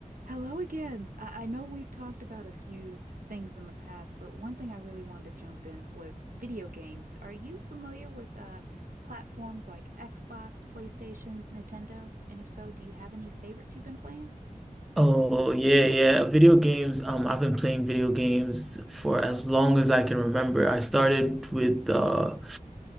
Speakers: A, on the right (about 70°); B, in the centre.
A: Hello again. I, I know we've talked about a few things in the past, but one thing I really wanted to jump in was video games. Are you familiar with uh, platforms like Xbox, PlayStation, Nintendo? And if so, do you have any favorites you've been playing?
B: Oh yeah, yeah. Video games. Um, I've been playing video games for as long as I can remember. I started with uh